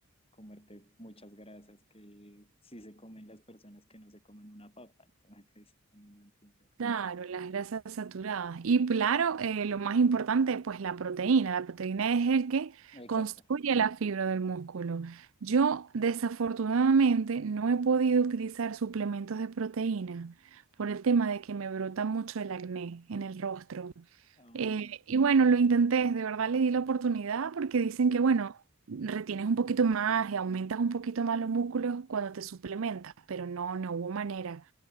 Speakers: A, on the left (about 25°); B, on the right (about 65°).
A: comerte muchas grasas que sí se comen las personas que no se comen una papa, entonces <laughs> uno no entiende algunas
B: Claro,
A: cosas.
B: las grasas saturadas. Y claro, eh, lo más importante, pues la proteína. La proteína es el que
A: Exacto.
B: construye la fibra del músculo. Yo desafortunadamente no he podido utilizar suplementos de proteína por el tema de que me brota mucho el acné en el rostro.
A: Ah,
B: Eh, y bueno, lo intenté, de verdad le di la oportunidad porque dicen
A: sí,
B: que, bueno, retienes un poquito más y aumentas un poquito más los músculos cuando te suplementas, pero no, no hubo manera.